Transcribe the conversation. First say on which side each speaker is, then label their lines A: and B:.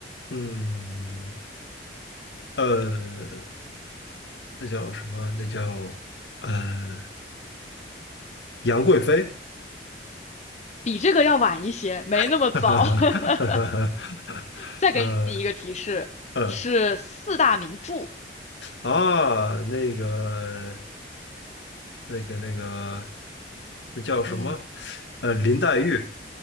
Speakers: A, on the left; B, on the left.
A: 嗯呃，那叫什么？那叫呃，杨贵妃。
B: 比这个要晚一些，没那么早，
A: <laughs> 哈哈哈，
B: <laughs> 再给你一个提示，
A: 呃呃
B: 是四大名著。
A: 啊，那个那个那个，那叫什么？
B: 嗯，
A: 呃，林黛玉，